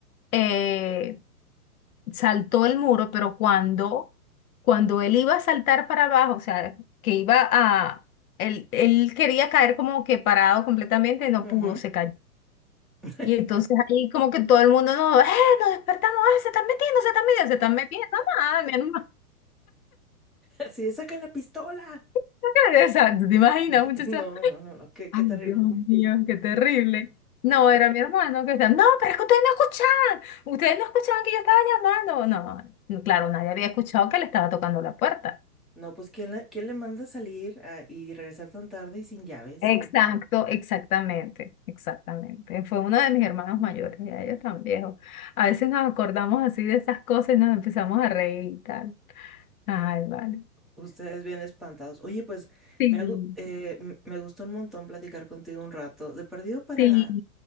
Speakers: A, on the left; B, in the centre.
A: eh, saltó el muro, pero cuando, cuando él iba a saltar para abajo, o sea, que iba a, él, él quería caer como que parado completamente, no
B: ujú".
A: pudo, se cayó.
B: <laughs>
A: Y entonces ahí como que todo el mundo, no, eh, nos despertamos, eh, se están metiendo, se están metiendo, se están metiendo, No, nada, mi hermano.
B: Así de, sacan la pistola.
A: <laughs> O sea, ¿tú te imaginas,
B: <laughs>
A: muchacha?
B: No, no, no, no, qué,
A: Ay,
B: qué terrible.
A: Dios mío, qué terrible. No, era mi hermano que estaba, no, pero es que ustedes no escuchaban, ustedes no escuchaban que yo estaba llamando. No, no, claro, nadie había escuchado que le estaba tocando la puerta.
B: No, pues ¿quién, la- quién le manda a salir ah, y regresar tan tarde y sin llaves?
A: Exacto, exactamente, exactamente. Fue uno de mis hermanos mayores, ya ellos tan viejos. A veces nos acordamos así de esas cosas y nos empezamos a reír y tal. Ay, vale.
B: Ustedes bien espantados. Oye, pues
A: Sí,
B: me, ha gu- eh, m- me gustó un montón platicar contigo un rato. De perdido para,
A: sí.